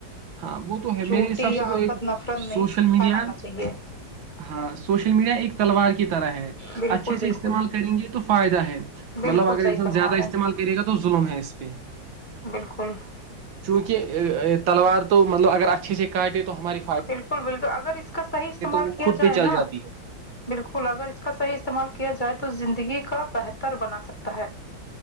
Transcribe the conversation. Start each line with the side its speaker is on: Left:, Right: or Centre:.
Right: ہاں وہ تو ہے
Left: جھوٹی
Right: میرے حساب
Left: یا
Right: سے تو
Left: آفت
Right: ایک
Left: نفرت نہیں
Right: سوشل میڈیا
Left: پھیلانا چاہیے
Right: ہاں سوشل میڈیا ایک تلوار کی طرح ہے
Left: بالکل
Right: اچھے سے
Left: بالکل
Right: استعمال کریں گے تو فائدہ ہے
Left: بالکل
Right: مطلب اگر
Left: صحیح
Right: انسان
Left: فرما
Right: زیادہ
Left: رہے
Right: استعمال
Left: ہیں
Right: کرے گا تو ظلم ہے اس پہ
Left: بالکل <unintelligible>
Right: چونکہ تلوار تو مطلب اگر اچھے سے کاٹے تو ہماریے
Left: بالکل بالکل اگر اس کا صحیح استعمال
Right: وہ
Left: کیا
Right: خود
Left: جائے
Right: پہ چل
Left: نا
Right: جاتی ہے
Left: بالکل اگر اس کا صحیح استعمال کیا جائے تو زندگی کا بہتر بنا سکتا ہے